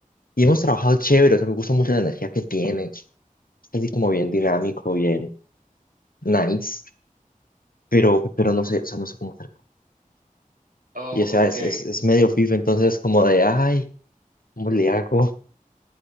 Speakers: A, on the left; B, on the right.
A: y
B: Mm.
A: hemos trabajado chévere, o sea, me gusta mucho la energía que tiene, es así como bien dinámico, bien nice, pero, pero no sé, o sea, no sé cómo hacer.
B: Oh,
A: Y o sea,
B: ok.
A: es, es, es medio pif, entonces como de, ay, ¿cómo le hago?